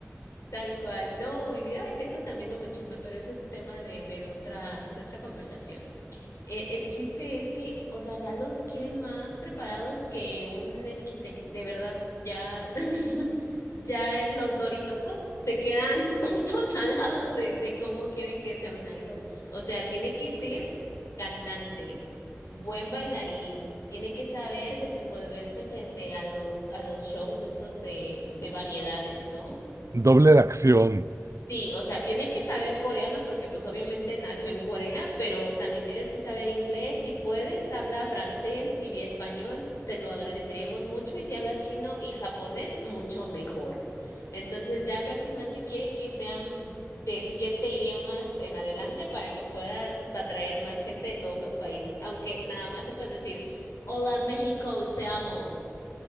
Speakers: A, on the left; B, on the right.
A: Tal cual. No, y ay, de eso también hubo un chisme, pero ese es tema de, de otra, de otra conversación. Eh, el chiste es que, o sea, ya los quieren más preparados que un esquite. De verdad, ya, <laughs> ya los dorilocos se quedan <laughs> tontos al lado de, de cómo quieren que sea un idol. O sea, tiene que ser cantante, buen bailarín. Tiene que saber desenvolverse frente a los, a los shows estos de, de variedades, ¿no?
B: Doble de acción
A: Sí, o sea, tiene que saber coreano porque pues obviamente nació en Corea, pero también tienes que saber inglés, si puedes, habla francés y español, te lo agradeceríamos mucho, y si hablas chino y japonés, mucho mejor. Entonces ya prácticamente quiere que sean de siete idiomas en adelante para que puedas atraer más gente de todos los países, aunque nada más sepas decir, hola México, te amo.